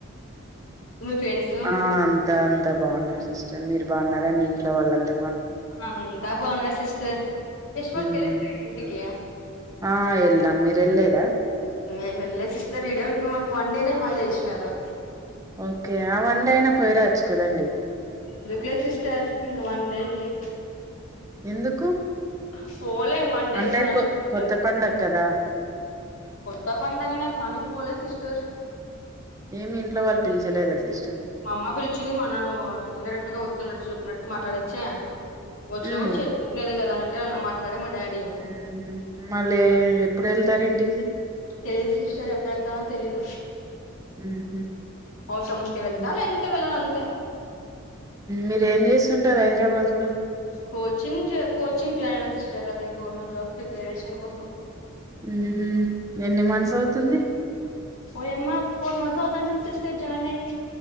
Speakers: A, on the left (about 75°); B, on the right (about 15°).
A: ఫ్రెండ్స్
B: ఆ అంతా అంతా బాగున్నారు సిస్టర్, మీరు బాగున్నారా మీ ఇంట్ ట్లో వాళ్ళంత?
A: అంతా బావున్నారు సిస్టర్, ఫెస్టివల్కెళ్లలేదా
B: హ్మ్
A: ఇంటికి?
B: ఆ వెళ్ళినాం మీరు వెళ్ళలేదా
A: ఏం ఎల్లలేద్ సిస్టర్, ఈడే ఉండిపోమాక్ వన్ డేనే హాలిడే ఇచ్చినారు.
B: ఓకే, ఆ వన్ డే అయినా పోయి రావచ్చు కదండి?
A: దుకులే సిస్టర్? ఇంకా వన్ డేకి?
B: ఎందుకు?
A: ఆఫ్ పోలేం వన్ డే
B: అంటే
A: కి, చాన అల్సి
B: కొ
A: <unintelligible>
B: కొత్త పండగ కదా
A: కొత్త పండగనే కనీ, పోలే సిస్టర్.
B: ఏమి? ఇంట్లో వాళ్ళు పిలిచలేద సిస్
A: మా అమ్మ పిలిచింది మా నాన్న వో ఇండైరెక్ట్గా వద్దన్నట్టు చెప్ న్నట్టు మాట్లాడచ్చా? వచ్చినా
B: హ్మ్
A: కూడ చే <unintelligible> నేదే కదా అన్నట్ ట్లెనా మాట్లాడేది? మా డాడ్
B: మ్మ్ హ్మ్ మళ్ళీ ఎప్పుడెళ్తారు ఇంటికి?
A: తెలీదు సిస్టర్, ఎప్పుడెల్తానో తెలీదు.
B: హ్మ్
A: ఔసరముంటే వెళ్తా
B: హు
A: లేదంటే వెళ్ళనంతె.
B: మీరేం చేస్తుంటారు హైదరాబాద్ లో?
A: కోచింగ్ జె కోచింగ్ జాయిన్ అయిన సిస్టర్, అదే గవర్నమెంట్ జాబ్స్ ప్రిపరేషన్ కోసం.
B: ఉమ్ హు, ఎన్ని మంత్స్ అవుతుంది?
A: వోయమ్మా ఒక ఫోర్ మంత్స్ అవుతాందెంది సిస్టర్ జాయిన్ అయ్యి.